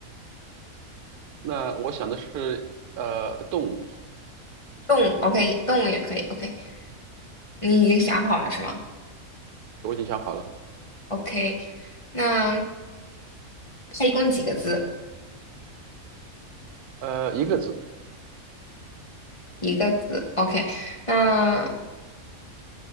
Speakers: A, on the right; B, on the left.
A: 那我想的是呃动物，
B: 动物，OK，动物也可以，OK。你已经想好了是吗
A: 我已经想好了，
B: ？OK，那它一共几个字？
A: 呃一个字，
B: 一个字，OK。那